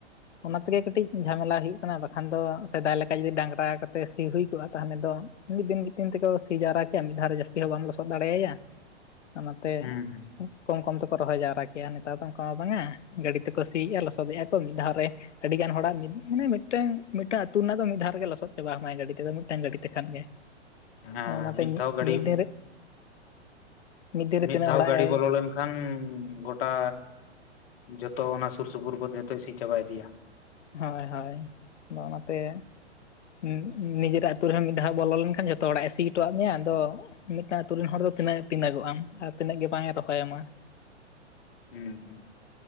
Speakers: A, on the left; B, on the left.
A: ᱚᱱᱟ ᱛᱮᱜᱮ ᱠᱟᱹᱴᱤᱡ ᱡᱷᱟᱢᱮᱞᱟ ᱦᱩᱭᱩᱜ ᱠᱟᱱᱟ ᱵᱟᱠᱷᱟᱱ ᱫᱚ ᱥᱮᱫᱟᱭ ᱞᱮᱠᱟ ᱡᱩᱫᱤ ᱰᱟᱝᱨᱟ ᱠᱟᱛᱮ ᱥᱤ ᱦᱩᱭ ᱠᱚᱜᱼᱟ ᱛᱟᱦᱚᱞᱮ ᱫᱚ ᱢᱤᱫ ᱫᱤᱱ ᱢᱤᱫ ᱫᱤᱱ ᱛᱮᱠᱚ ᱥᱤ ᱡᱟᱣᱨᱟ ᱠᱮᱭᱟ ᱢᱤᱫ ᱫᱷᱟᱣ ᱨᱮ ᱡᱟᱹᱥᱛᱤ ᱦᱚᱸ ᱵᱟᱢ ᱞᱚᱥᱚᱫ ᱫᱟᱲᱮᱭᱟᱭᱟ᱾ ᱚᱱᱟᱛᱮ
B: ᱦᱩᱸ ᱦᱩᱸ
A: ᱠᱚᱢ ᱠᱚᱢ ᱛᱮ ᱠᱚ ᱨᱚᱦᱚᱭ ᱡᱟᱣᱨᱟ ᱠᱮᱭᱼᱟ ᱱᱮᱛᱟᱨ ᱫᱚ ᱚᱱᱠᱟ ᱢᱟ ᱵᱟᱝᱟ᱾ ᱜᱟᱹᱰᱤ ᱛᱮᱠᱚ ᱥᱤᱭᱮᱫᱼᱟ ᱞᱚᱥᱚᱫᱮᱜᱼᱟ ᱠᱚ ᱢᱤᱫ ᱫᱷᱟᱣ ᱨᱮ᱾ ᱟᱹᱰᱤ ᱜᱟᱱ ᱦᱚᱲᱟᱜ ᱢᱤᱫ ᱠᱷᱟᱱᱮ ᱢᱤᱫᱴᱟᱹᱝ ᱢᱤᱫᱴᱟᱝ ᱟᱹᱛᱩ ᱨᱮᱱᱟᱜ ᱫᱚ ᱢᱤᱫ ᱫᱷᱟᱣ ᱨᱮᱜᱮ ᱞᱚᱥᱚᱫ ᱪᱟᱵᱟᱭ ᱦᱟᱢᱟᱭ ᱜᱟᱹᱰᱤ ᱛᱮᱫᱚ ᱢᱤᱫᱴᱟᱝ ᱜᱟᱹᱰᱤ ᱛᱮᱠᱷᱟᱱ ᱜᱮ᱾
B: ᱦᱮᱸ
A: ᱚᱱᱟᱛᱮ
B: ᱢᱤᱫ ᱫᱷᱟᱣ ᱜᱟᱹᱰᱤ
A: ᱢᱤᱫ ᱫᱤᱱ ᱨᱮ ᱫᱤᱱ ᱨᱮ
B: ᱢᱤᱫ
A: ᱛᱤᱱᱟᱹᱜ
B: ᱫᱷᱟᱣ
A: ᱦᱚᱲᱟᱜ
B: ᱜᱟᱰᱤ
A: ᱮ
B: ᱵᱚᱞᱚ ᱞᱮᱱ ᱠᱷᱟᱱ ᱜᱚᱴᱟ ᱡᱚᱛᱚ ᱚᱱᱟ ᱥᱩᱨ ᱥᱩᱯᱩᱨ ᱠᱚ ᱡᱚᱛᱚ ᱤᱥᱤ ᱪᱟᱵᱟ ᱤᱫᱤᱭᱟ᱾
A: ᱦᱳᱭ ᱦᱳᱭ ᱟᱫᱚ ᱚᱱᱟᱛᱮ ᱦᱩᱸ ᱱᱤᱡᱮᱨᱟᱜ ᱟᱛᱳ ᱨᱮᱦᱚᱸ ᱢᱤᱫ ᱫᱷᱟᱣ ᱵᱚᱞᱚ ᱞᱮᱱᱠᱷᱟᱱ ᱡᱷᱚᱛᱚ ᱦᱚᱲᱟᱜ ᱮ ᱥᱤ ᱦᱚᱴᱚᱫ ᱢᱮᱭᱟ ᱟᱫᱚ ᱢᱤᱫᱴᱟᱝ ᱨᱮᱱ ᱟᱛᱳ ᱨᱮᱱ ᱦᱚᱲ ᱫᱚ ᱛᱤᱱᱟᱹᱜ ᱜᱮ ᱛᱤᱱᱟᱹᱜᱚᱜ-ᱟ ᱟᱨ ᱛᱤᱱᱟᱹᱜ ᱜᱮ ᱵᱟᱝ ᱮ ᱨᱚᱦᱚᱭ ᱟᱢᱟ᱾
B: ᱦᱩᱸ ᱦᱩᱸ᱾